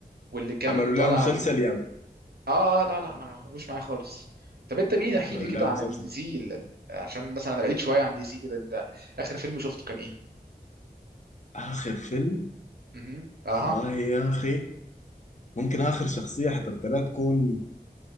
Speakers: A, on the right; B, on the left.
A: واللي كان
B: عملوا
A: طالع
B: لها مسلسل
A: بت...
B: يا مان
A: اه لا لا ما هوش معايا خالص طب انت مين احكي
B: عملوا
A: لي كده
B: لها
A: عن
B: مسلسل
A: الدي سي اللي... عشان مثلا انا بعيد شوية عن دي سي كده انت اخر فيلم شفته كان ايه؟
B: اخر فيلم
A: اها اها
B: والله يا اخي ممكن اخر شخصيه حضرت لها تكون